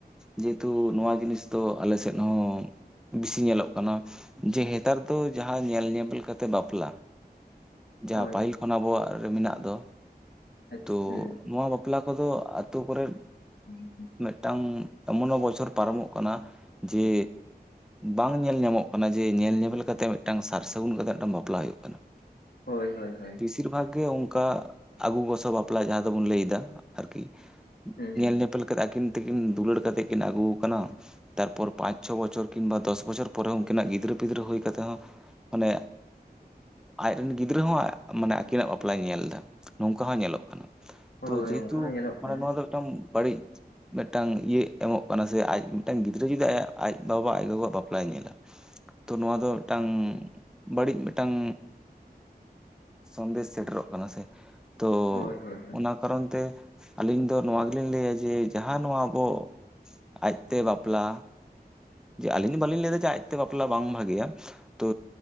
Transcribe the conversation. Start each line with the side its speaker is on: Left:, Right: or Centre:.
Centre: ᱡᱮᱦᱮᱛᱩ ᱱᱚᱣᱟ ᱡᱤᱱᱤᱥ ᱫᱚ ᱟᱞᱮ ᱥᱮᱫ ᱦᱚᱸ ᱵᱤᱥᱤ ᱧᱮᱞᱚᱜ ᱠᱟᱱᱟ ᱡᱮ ᱱᱮᱛᱟᱨ ᱫᱚ ᱡᱟᱦᱟᱸ ᱧᱮᱞ ᱧᱮᱯᱮᱞ ᱞᱮᱠᱟᱛᱮ ᱵᱟᱯᱞᱟ ᱵᱟᱯᱞᱟ ᱡᱟᱦᱟᱸ
Left: ᱦᱳᱭ
Centre: ᱯᱟᱹᱦᱤᱞ ᱠᱷᱚᱱ ᱟᱵᱚᱣᱟᱜ ᱨᱮ ᱢᱮᱱᱟᱜ ᱫᱚ
Left: ᱟᱪᱪᱷᱟ
Centre: ᱛᱚ ᱱᱚᱣᱟ ᱵᱟᱯᱞᱟ ᱠᱚᱫᱚ ᱟᱹᱛᱩ ᱠᱚᱨᱮᱫ
Left: <unintelligible>
Centre: ᱢᱤᱫᱴᱟᱝ ᱮᱢᱚᱱᱚ ᱵᱚᱪᱷᱚᱨ ᱯᱟᱨᱚᱢᱚᱜ ᱠᱟᱱᱟ ᱡᱮ ᱵᱟᱝ ᱧᱮᱞ ᱧᱟᱢᱚᱜ ᱠᱟᱱᱟ ᱡᱮ ᱧᱮᱞ ᱧᱮᱯᱮᱞ ᱠᱟᱛᱮ ᱢᱤᱫᱴᱟᱝ ᱥᱟᱨ ᱥᱟᱹᱜᱩᱱ ᱠᱟᱛᱮ ᱢᱤᱫᱴᱟᱝ ᱵᱟᱯᱞᱟ ᱦᱩᱭᱩᱜ ᱠᱟᱱᱟ ᱾
Left: ᱦᱳᱭ ᱦᱳᱭ ᱦᱳᱭ ᱾
Centre: ᱵᱮᱥᱤᱨ ᱵᱷᱟᱜᱽ ᱜᱮ ᱚᱱᱠᱟ ᱟᱹᱜᱩ ᱜᱚᱥᱚ ᱵᱟᱯᱞᱟ ᱡᱟᱦᱟᱸ ᱫᱚᱵᱚᱱ ᱞᱟᱹᱭ ᱫᱟ ᱟᱨᱠᱤ
Left: ᱦᱩᱸ
Centre: ᱧᱮᱞ
Left: ᱦᱩᱸ
Centre: ᱧᱮᱯᱮᱞ ᱠᱟᱛᱮᱮᱫ ᱟᱹᱠᱤᱱ ᱛᱮᱠᱤᱱ ᱫᱩᱞᱟᱹᱲ ᱠᱟᱛᱮᱜ ᱠᱤᱱ ᱟᱹᱜᱩ ᱟᱠᱟᱱᱟ ᱛᱟᱨᱯᱚᱨ ᱯᱟᱸᱪ ᱪᱷᱚ ᱵᱚᱪᱷᱚᱨ ᱠᱤᱝᱵᱟ ᱫᱚᱥ ᱵᱚᱪᱷᱚᱨ ᱯᱚᱨᱮ ᱩᱱᱠᱤ ᱱᱟᱜ ᱜᱤᱫᱽᱨᱟᱹ ᱯᱤᱫᱽᱨᱟᱹ ᱦᱩᱭ ᱠᱟᱛᱮᱫ ᱦᱚᱸ ᱢᱟᱱᱮ ᱟᱡᱨᱮ ᱨᱮᱱ ᱜᱤᱫᱽᱨᱟᱹ ᱦᱚᱸ ᱢᱟᱱᱮ ᱟᱹᱠᱤᱱᱟᱜ ᱵᱟᱯᱞᱟᱭ ᱧᱮᱞ ᱮᱫᱟ ᱾ ᱱᱚᱝᱠᱟ ᱦᱚᱸ ᱧᱮᱞᱚᱜ ᱠᱟᱱᱟ
Left: ᱦᱳᱭ
Centre: ᱛᱚ ᱡᱮᱦᱮᱛᱩ
Left: ᱱᱚᱝᱠᱟ ᱦᱚᱸ ᱧᱮᱞᱚᱜ
Centre: ᱢᱟᱱᱮ
Left: ᱠᱟᱱᱟ
Centre: ᱱᱚᱣᱟ ᱫᱚ ᱢᱤᱫᱴᱟᱝ ᱵᱟᱹᱲᱤᱡ ᱢᱤᱫᱴᱟᱝ ᱤᱭᱟᱹ ᱮᱢᱚᱜ ᱠᱟᱱᱟ ᱥᱮ ᱟᱡ ᱢᱤᱫᱴᱟᱝ ᱜᱤᱫᱽᱨᱟᱹ ᱡᱩᱫᱤ ᱟᱡ ᱵᱟᱵᱟ ᱟᱡ ᱜᱚᱜᱚᱣᱟᱜ ᱵᱟᱯᱞᱟᱭ ᱧᱮᱞᱟ ᱛᱚ ᱱᱚᱣᱟ ᱫᱚ ᱢᱤᱫᱴᱟᱝ ᱵᱟᱹᱲᱤᱡ ᱢᱤᱫᱴᱟᱝ ᱥᱚᱱᱫᱮᱥ ᱥᱮᱴᱮᱨᱚᱜ ᱠᱟᱱᱟ ᱥᱮ, ᱛᱚ
Left: ᱦᱳᱭ ᱦᱳᱭ ᱦᱳᱭ
Centre: ᱚᱱᱟ ᱠᱟᱨᱚᱱ ᱛᱮ ᱟᱹᱞᱤᱧ ᱫᱚ ᱱᱚᱣᱟ ᱜᱮᱞᱤᱧ ᱞᱟᱹᱭᱟ ᱡᱮ ᱡᱟᱦᱟᱸ ᱱᱚᱣᱟ ᱟᱵᱚ ᱟᱡᱛᱮ ᱵᱟᱯᱞᱟ ᱡᱮ ᱟᱹᱞᱤᱧ ᱫᱚ ᱵᱟᱹᱞᱤᱧ ᱞᱟᱹᱭᱫᱟ ᱡᱮ ᱟᱡᱛᱮ ᱵᱟᱯᱞᱟ ᱵᱟᱝ ᱵᱷᱟᱜᱮᱭᱟ ᱛᱚ